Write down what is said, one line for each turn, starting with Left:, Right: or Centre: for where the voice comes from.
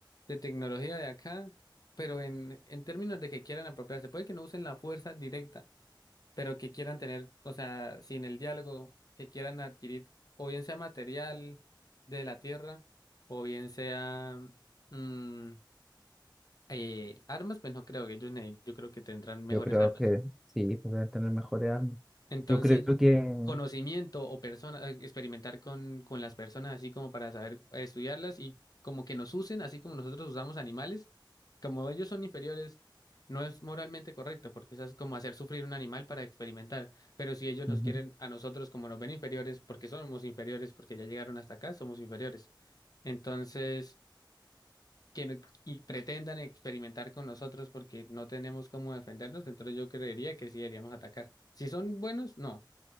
Left: de tecnología de acá, pero en, en términos de que quieran apropiarse, puede que no usen la fuerza directa pero que quieran tener, o sea, sin el diálogo, que quieran adquirir, o bien sea material de la tierra, o bien sea mm, eh, armas, pues no creo que ellos, ne- yo creo que tendrán mejores
Centre: Yo creo
Left: armas.
Centre: que sí, pues deben tener mejores armas.
Left: Entonces,
Centre: Yo creo que,
Left: conocimiento o persona, eh, experimentar con, con las personas así como para saber eh, estudiarlas y como que nos usen, así como nosotros usamos animales, como ellos son inferiores, no es moralmente correcto, porque eso es como hacer sufrir un animal para experimentar. Pero si ellos nos
Centre: ujú.
Left: quieren a nosotros como nos ven inferiores, porque somos inferiores, porque ya llegaron hasta acá, somos inferiores. Entonces, que no- y pretendan experimentar con nosotros porque no tenemos cómo defendernos, entonces yo creería que sí deberíamos atacar. Si son buenos, no.